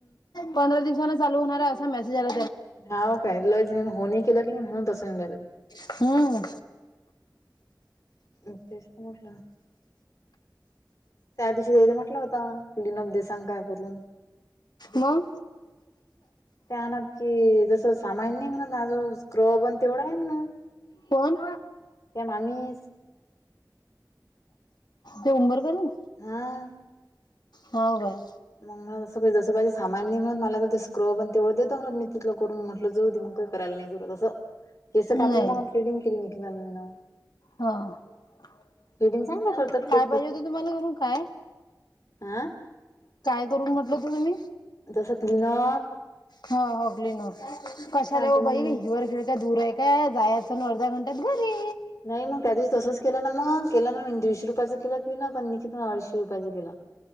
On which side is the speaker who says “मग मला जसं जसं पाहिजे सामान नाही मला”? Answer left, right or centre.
Left